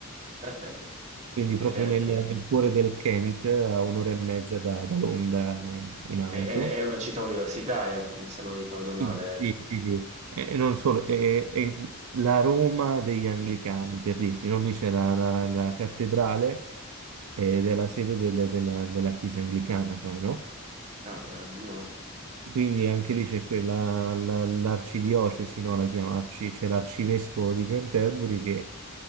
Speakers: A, on the right (about 30°); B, on the right (about 80°).
A: Canterbury,
B: Quindi
A: sì,
B: proprio
A: è,
B: nel, nel cuore del Kent, a un'ora e mezza da, da Londra eh, in
A: che
B: auto.
A: è, è una città universitaria, se non ricordo
B: Sì,
A: male,
B: sì, sì, sì. E e non solo, e- e la Roma degli Anglicani, per dirti, non lì c'è la, la- la cattedrale ed è la sede del- della, della chiesa anglicana, poi, no?
A: ah, meraviglioso.
B: Quindi anche lì c'è quella, la- l'arcidiocesi, no? La chiama, arci- c'è l'arcivescovo di Canterbury che